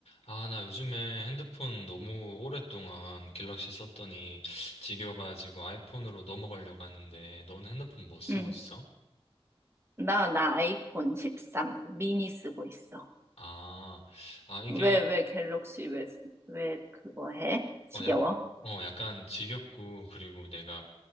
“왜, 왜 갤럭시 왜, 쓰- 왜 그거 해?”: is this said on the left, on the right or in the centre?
Right